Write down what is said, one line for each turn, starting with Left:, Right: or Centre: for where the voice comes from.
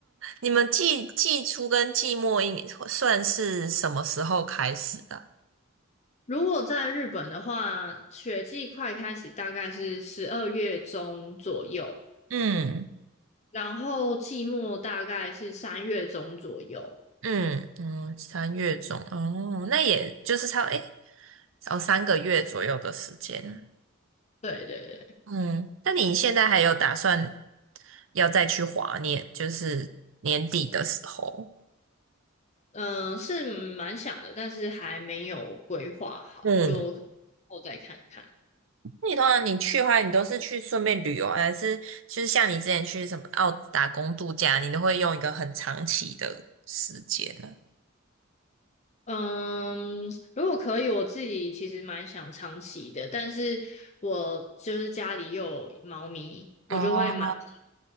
Right: 你们季季初跟季末应算是什么时候开始的啊
Left: 如果在日本的话，雪季快开始大概是十二月中左右。
Right: 嗯
Left: 然后季末大概是三月中左右。
Right: 嗯嗯，三月中哦，那也就是差不多诶，哦三个月左右的时间啊。
Left: 对对对，
Right: 嗯，那你现在还有打算要再去滑年，就是年底的时候？
Left: 嗯、是蛮想的，但是还没有规划好，
Right: 嗯，
Left: 就后再看看。
Right: 那你通常你去的话，你都是去顺便旅游，还是就是像你之前去什么澳打工度假，你都会用一个很长期的时间呢？
Left: 嗯，如果可以，我自己其实蛮想长期的，但是我就是家里又有猫咪，我就会蛮喜欢
Right: 哦，